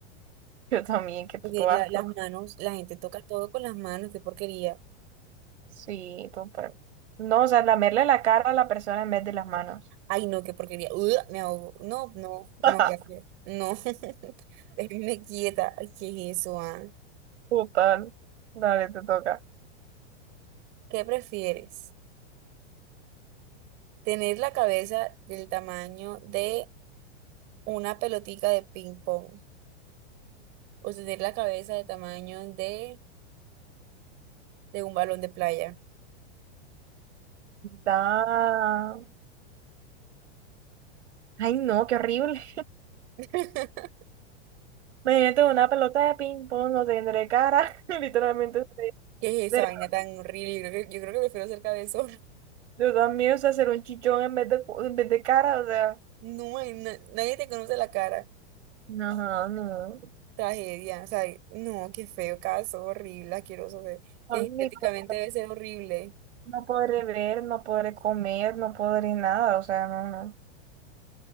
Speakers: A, on the right; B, on the right.
A: Yo también, qué puto
B: Porque la-
A: asco.
B: las manos, la gente toca todo con las manos, qué porquería.
A: Sí, total. No, o sea, lamerle la cara a la persona en vez de las manos.
B: Ay, no, qué porquería. Ugh, me ahogo. No, no, no,
A: <laughs>
B: gracias. No, <laughs> déjenme quieta. Ay, ¿Qué es eso, ah?
A: Total. Dale, te toca.
B: ¿Qué prefieres? ¿Tener la cabeza del tamaño de una pelotica de ping pong? ¿O tener la cabeza del tamaño de, de un balón de playa?
A: Da. Ay, no, qué horrible.
B: <laughs>
A: <laughs> Imagínate una pelota de ping-pong, no tendré cara. <laughs> Literalmente, seré-
B: ¿Qué es
A: será-
B: esa vaina tan horrible? Yo creo que, yo creo que prefiero ser cabezón. <laughs>
A: yo también, o sea, ser un chichón en vez de, cu- en vez de cara, o sea.
B: No, na- nadie te conoce la cara.
A: No, no.
B: Tragedia, o sea, no, qué feo caso, horrible, asqueroso, o sea, que
A: No, ni
B: estéticamente
A: podré-
B: debe ser horrible.
A: no podré ver, no podré comer, no podré nada, o sea, no, no.